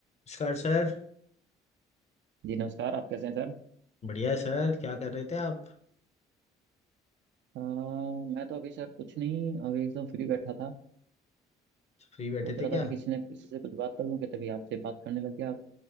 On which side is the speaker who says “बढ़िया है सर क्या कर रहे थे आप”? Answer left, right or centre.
Left